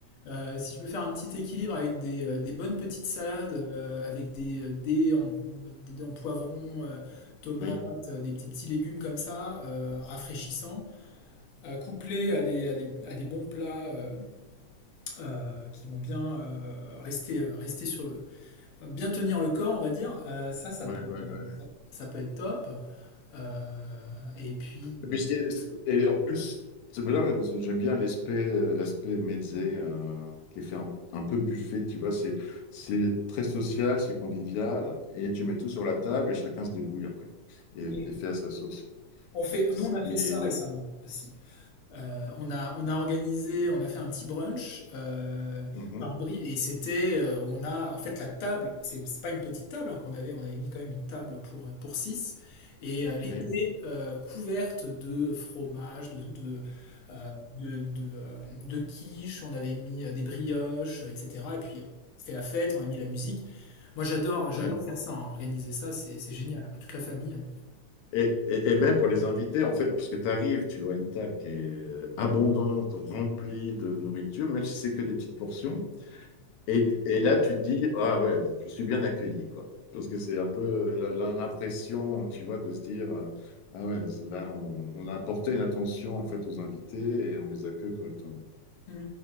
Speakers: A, on the left; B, on the left.
A: euh, si je peux faire un petit équilibre avec des, euh, des bonnes petites salades, euh, avec des euh, dés en, des dés en poivron, euh, tomates,
B: Oui,
A: euh, des petits petits légumes comme ça, euh, rafraîchissants, euh, couplés à des, à des, à des bons plats euh, euh, qui vont bien euh, rester, euh, rester sur, Bien tenir le corps, on va dire, euh, ça, ça
B: ouais,
A: peut être,
B: ouais,
A: euh,
B: ouais.
A: ça, ça peut être top. Euh, et puis,
B: Et puis, ce qui et en plus, c'est bien, j'aime bien l'aspect euh, l'aspect mezze euh, qui est fait un, un peu buffet, tu vois, c'est c'est très social, c'est convivial, et tu mets tout sur la table et chacun se débrouille après et,
A: euh,
B: et fait à sa sauce.
A: on fait,
B: Ce
A: nous, on a
B: qui
A: fait
B: est...
A: ça récemment aussi. Euh, on a, on a organisé, on a fait un petit brunch euh,
B: Mhm,
A: par bri- et c'était, euh, on a, en fait, la table, c'est c'est pas une petite table hein, qu'on avait, on avait mis quand même une table pour, euh, pour 6 et euh, elle
B: oui,
A: était euh, couverte de fromage, de, de, euh, de, de, euh, de quiche, on avait mis euh, des brioches, euh, etc. Et puis euh, c'était la fête, on a mis la musique. Moi j'adore, j'adore
B: ouais. ouais.
A: faire ça, hein, organiser ça, c'est c'est génial, hein, avec toute la famille. hein.
B: Et, et- et même pour les invités, en fait, parce que tu arrives, tu vois une table qui est euh, abondante, remplie de nourriture, même si c'est que des petites portions. Et, et là, tu te dis, ah ouais, je suis bien accueilli, quoi. Parce que c'est un peu euh, la- l'impression, tu vois, de se dire, euh, ah ouais, là, on, on a apporté une attention, en fait, aux invités et on les accueille correctement.
A: Mm.